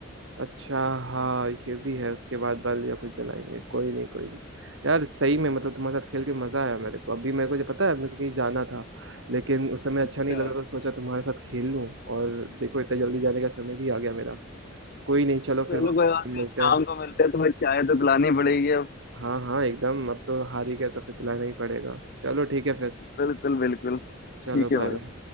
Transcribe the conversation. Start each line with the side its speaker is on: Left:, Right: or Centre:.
Right: अच्छा हाँ ये भी है उसके बाद बल या कुछ जलाएंगे कोई नहीं कोई नहीं यार सही में मतलब तुम्हारे साथ खेल के मजा आया मेरे को अभी मेरे को जो पता है मेरे को कहीं जाना था लेकिन उस समय
Left: अच्छा
Right: अच्छा नहीं लग रहा था तो सोचा तुम्हारे साथ खेल लूं और देखो इतना जल्दी जाने का समय भी आ गया मेरा कोई नहीं चलो फिर
Left: चलो
Right: वापस
Left: कोई बात
Right: से मिलते
Left: नहीं शाम
Right: हैं
Left: को मिलते हैं तुम्हें चाय तो पिलानी पड़ेगी अब
Right: हाँ हाँ एकदम अब तो हार ही गए तो फिर पिलाना ही पड़ेगा चलो ठीक है फिर
Left: बिल्कुल बिल्कुल
Right: चलो
Left: ठीक है
Right: बाय
Left: भाई
Right: बाय